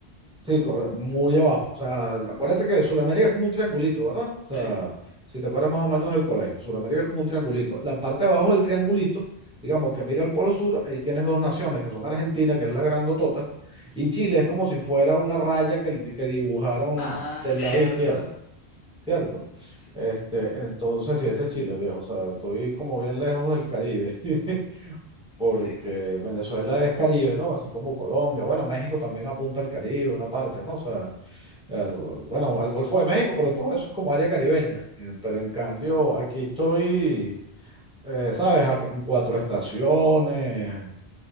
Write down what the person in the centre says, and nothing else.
Sí, co- muy abajo. O sea, acuérdate que Sudamérica es como un triangulito, ¿verdad? O sea,
si te acuerdas más o menos del colegio, Sudamérica es como un triangulito. La parte de abajo del triangulito, digamos que mira al Polo Sur, ahí tienes dos naciones, que son Argentina, que es la grandotota,
y Chile es como si fuera una raya que, que dibujaron
del
lado izquierdo, ¿cierto?
Este, entonces, sí, ese es Chile, viejo. O sea, estoy como bien lejos del Caribe, <laughs>
porque
Venezuela es Caribe, ¿no? Así como Colombia. Bueno, México también apunta al Caribe, una parte, ¿no? O sea, al- bueno, al Golfo de México, pero todo eso es como área caribeña. Eh, Pero en cambio, aquí estoy, eh, ¿sabes? Ac- En cuatro estaciones,